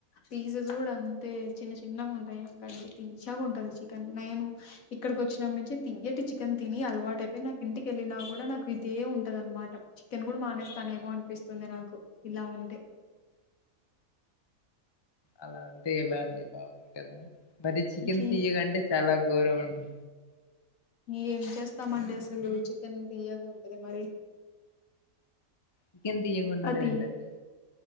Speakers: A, on the left; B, on the left.
A: పీసె స్ కూడా అంతే చిన్న చిన్నగా ఉంటాయంట అండి తీయ్యగా ఉంటది చికెన్. నేను ఇక్కడికి వచ్చినప్పటి నుంచి తీయటి చికెన్ తిని అలవాట అయిపోయి నాకు ఇంటికెళ్ళిన కూడా నాకు ఇదే ఉంటది అనమాట. చికెన్ కూడా మానేస్తాను ఏమో అనిపిస్తుంది నాకు. ఇలా ఉంటే
B: అలా అంటే ఎలా అండి పాపం కదా మరి చికెన్
A: ఇంక
B: తీయ్యగాంటే చాలా ఘోరవండి
A: ఏం చేస్తామండి అసలు చికెన్ తయ్యగా ఉంటది మరి
B: చికెన్ తియ్యగ ఉండడం
A: అది
B: ఏంటండి